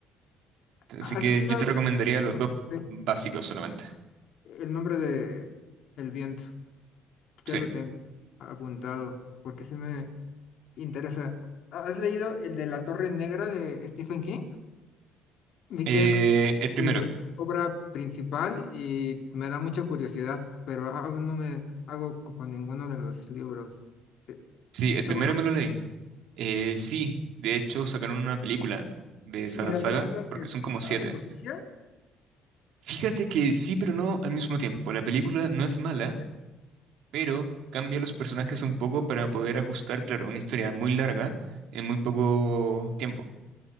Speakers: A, on the right; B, on the left.
A: Así
B: ¿Has
A: que
B: leído
A: yo te recomendaría los
B: ah,
A: dos
B: ok,
A: básicos solamente.
B: el nombre de El viento? Ya
A: Sí.
B: lo tengo apuntado porque sí me interesa. ¿Has leído el de La Torre Negra de Stephen King? Vi
A: Eh,
B: que es
A: el primero,
B: tu obra principal y me da mucha curiosidad, pero aún no me hago co- con ninguno de los libros. Eh,
A: sí, el
B: ¿Está
A: primero
B: bueno?
A: me lo leí. Eh, sí, de hecho sacaron una película de esa
B: ¿Y la
A: saga,
B: película
A: porque
B: que
A: son como
B: hace
A: siete.
B: justicia?
A: Fíjate que sí, pero no al mismo tiempo. La película no es mala,
B: Sí.
A: pero cambia los personajes un poco para poder ajustar, claro, una historia muy larga en muy poco tiempo.